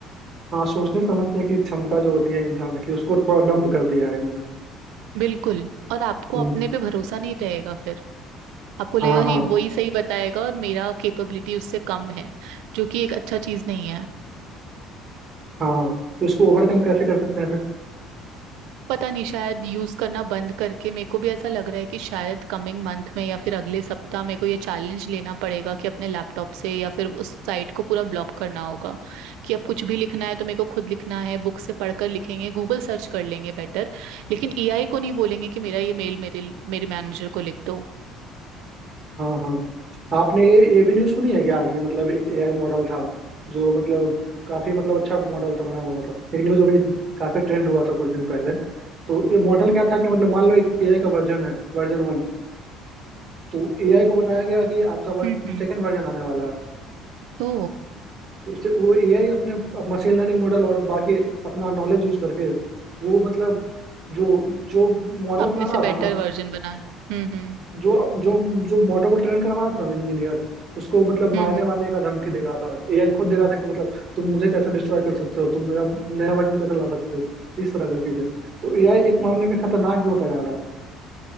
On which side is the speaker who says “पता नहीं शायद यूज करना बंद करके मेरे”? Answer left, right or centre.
Right